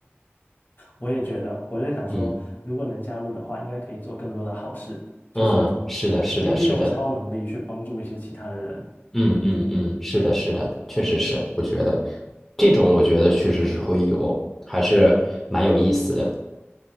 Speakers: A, on the left; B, in the centre.
A: 我也觉得，我就在想说，
B: 嗯
A: 如果能加入的话，应该可以做更多的好事，
B: 嗯，
A: 就是
B: 是的，是的，
A: 可以利用超能力去帮助一些其他的人，
B: 是的。嗯嗯嗯，是的，是的，确实是，我觉得这种我觉得确实是会有，还是蛮有意思的。